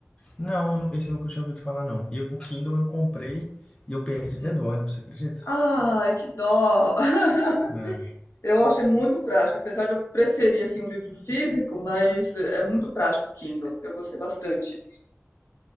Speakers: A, on the left; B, on the left.
A: Não, eu nu- esse eu nunca tinha ouvido falar, não. E o Kindle eu comprei e eu perdi
B: Hum.
A: dentro do ônibus, você acredita?
B: Ai, que dó! <laughs>
A: Ah,
B: Eu achei muito prático, apesar de eu preferir assim, o livro físico, mas é muito prático o Kindle. Eu gostei bastante.